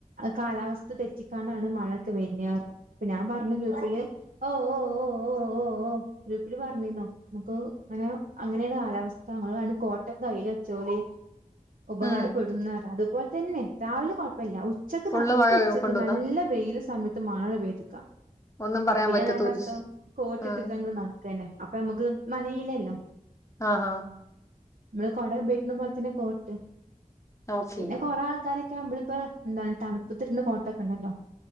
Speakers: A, on the right; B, on the left.
A: കാലാവസ്ഥ തെറ്റിക്കാണ്ടാണ് മഴൊക്കെ വെര്ണെന്നറഞ്ഞ്, ഇപ്പ ഞാ പറഞ്ഞ ഗ്രൂപ്പില് ഓ ഓ ഓ ഓ ഓ ഓ ഗ്രൂപ്പിൽ പറഞ്ഞീന്നോ മ്മക്ക് അങ്ങനേണ് കാലാവസ്ഥ, ഇങ്ങള് വേണേ കോട്ടെക്കെ ആയി <inaudible> ഉപകാരപ്പെടുന്ന
B: ഉം.
A: അതുപോലെ തന്നെ രാവിലെ കൊഴപ്പില്ല ഉച്ചക്ക്
B: ഫുള്ള്
A: നട്ട
B: മഴ
A: ഉച്ചക്ക്
B: കൊണ്ടുവന്നാ
A: നല്ല വെയില സമയത്ത് മഴപെയ്തു
B: ഒന്നും പറയാൻ
A: പിന്നെന്തല്ല
B: പറ്റത്തൂല്ല.
A: രസം കോഓട്ട്
B: ഉം.
A: ഇട്ടക്കണ്ട നടക്ക തന്നെ അപ്പൊ നമുക്ക് മഴയിലല്ലോ
B: ആഹ ആഹ
A: നമ്മള് കൊട ഉപയോഗിക്ക്ണ പോലെ തന്നെ കോട്ട്,
B: ഓക്കേ.
A: പിന്നെ കൊറെ ആൾക്കാരൊക്കെ മ്മളിപ്പോ എന്താണ് തണുപ്പ്ത്തിരുന്ന കോട്ടൊക്കെ ഉണ്ടല്ലോ